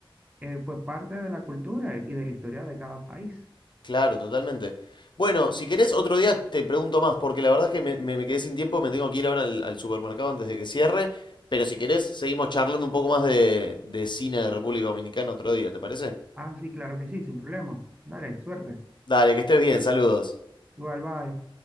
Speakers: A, on the right (about 15°); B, on the left (about 55°).
A: eh, pues parte de la cultura y de la historia de cada país.
B: Claro, totalmente. Bueno, si querés, otro día te pregunto más, porque la verdad es que me, me- me quedé sin tiempo, me tengo que ir ahora al, al supermercado antes de que cierre, pero si querés, seguimos charlando un poco más de, de cine de República Dominicana otro día, ¿te parece?
A: Ah, sí, claro que sí, sin problema. Dale, suerte.
B: Dale, que estés bien, saludos.
A: Igual, bye.